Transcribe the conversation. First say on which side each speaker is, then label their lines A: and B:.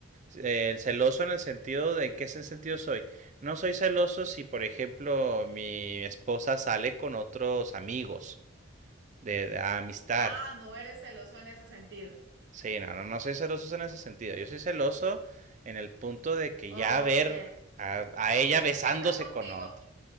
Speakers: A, on the right (about 35°); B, on the right (about 55°).
A: Eh, celoso en el sentido de, ¿en qué ese sentido soy? No soy celoso si, por ejemplo, mi esposa sale con otros amigos de, de amistad.
B: Ah, no eres celoso en ese sentido.
A: Sí, no, no, no soy celoso en ese sentido. Yo soy celoso en el punto de que
B: Ok.
A: ya ver a, a ella
B: De
A: besándose
B: que si está contigo,
A: con otro.